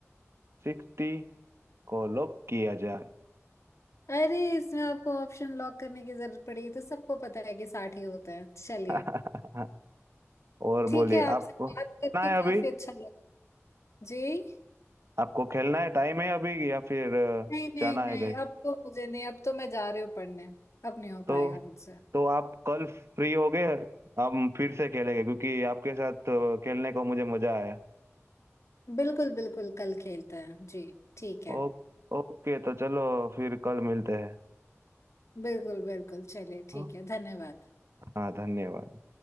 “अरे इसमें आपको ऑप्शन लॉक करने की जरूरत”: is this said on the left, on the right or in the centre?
Left